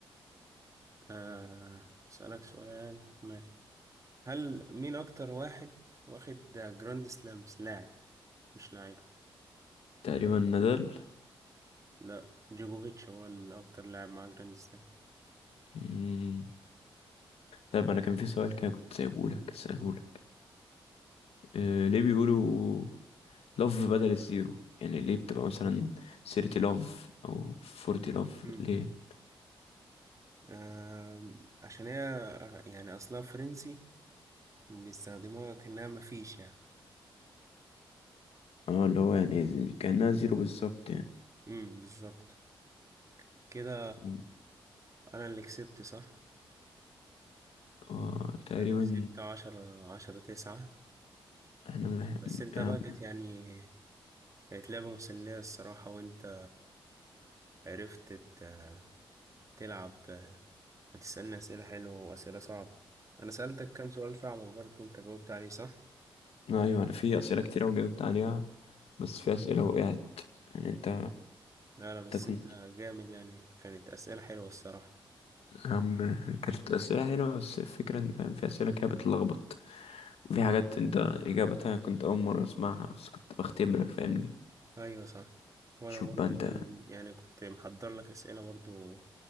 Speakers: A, on the right; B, on the left.
A: أه هسألك سؤال ماشي هل مين أكتر واحد واخد جراند سلامز لاعب مش لاعب
B: تقريبا نزل
A: لا جوجوفيتش هو الأكتر لاعب مع جراند سلام
B: مم. طيب انا كان في سؤال كده كنت سايبه لك اساله
A: مم.
B: لك أه ليه بيقولوا لوف بدل الزيرو يعني ليه بتبقى مثلا 30 لوف او 40 لوف
A: مم.
B: ليه
A: آم، عشان هي يعني أصلها فرنسي بيستخدموها كأنها مفيش يعني
B: اه اللي هو يعني زي- كأنها زيرو بالظبط يعني
A: امم بالظبط كده
B: مم.
A: انا اللي كسبت صح
B: آه، تقريبا
A: انا كسبت عشرة عشرة تسعة
B: احنا من...
A: بس انت
B: يعني...
A: بقى كانت يعني كانت لعبة مسلية الصراحة وانت عرفت ت- تلعب وتسألني أسئلة حلوة وأسئلة صعبة انا سألتك كام سؤال صعب برضه انت جاوبت عليه صح
B: ايوه انا في اسئله كتير وجاوبت عليها بس في اسئله وقعت يعني انت
A: لا لا
B: انت
A: بس
B: كنت
A: انت جامد يعني كانت أسئلة حلوة الصراحة
B: يا عم كانت أسئلة حلوة بس الفكرة إن فاهم في أسئلة كده بتلخبط وفي حاجات أنت إجابتها كنت أول مرة أسمعها بس كنت بختبرك فاهمني
A: ايوه صح وانا
B: شوف
A: برضه
B: بقى أنت
A: كان يعني كنت محضر لك أسئلة برضه